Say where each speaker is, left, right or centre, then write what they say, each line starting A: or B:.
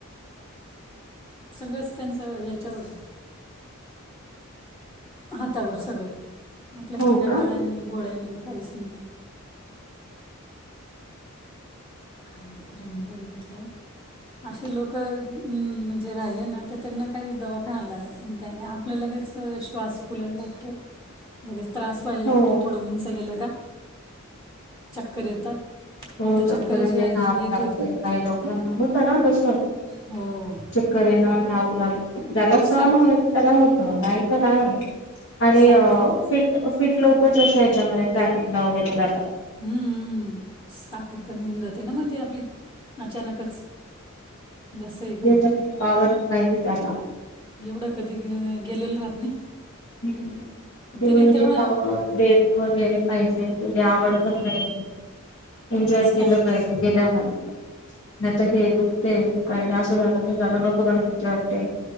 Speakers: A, on the left (about 15°); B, on the left (about 70°).
A: सगळंच त्यांचं याच्यावर आहे हातावर सगळं आपल्यासारख्या
B: हो का
A: गाळ्यांनी गोळ्यानी काहीच नाही काय खरं नाही बाई म्हणलं. असे लोक अं म्हणजे राहिले ना तर त्यांना काही दवाखाना लागत- त्या नाही आपल्या लगेच श्वास फुलायला लागतो लगेच- त्रास व्हायला लागतो
B: हो
A: थोडं उंच गेलं का चक्कर येतात. मला
B: हो,
A: तर
B: चक्कर
A: चक्करच
B: येते,
A: याय
B: धाप
A: येत
B: लागते
A: होती
B: काही लोकांना होतं ना. कसं?
A: हो
B: चक्कर येणं, धाप लागणं - जला
A: ती साख
B: सण हो त्याला होत नाहीत नाही आणि
A: साखर
B: फि- ी लोकच असे याच्यामध्ये ट्रॅकिंग ला वगैरे जातात.
A: हम्मम् साखर कमी होऊन जाते ना मग ते आपली अचानकच. जास्त हे करून
B: ते झारा क पावर नाहीे त्याला
A: एवढं कधी गेलेलं राहत नाही?
B: हम्म
A: पण
B: इम्युनिटी
A: तरी तेवढा
B: पॉवर डेअरि वगैरे पाहिजे तेवढे आवड
A: हो
B: पण पाहिजे एन्जॉय
A: तेवढा स्टॅमिना
B: केलं पाहिजे गेल्या रा- नाहीता हे दू ते दूखय का असं झालं तर झालं नको मला भीती वाटते.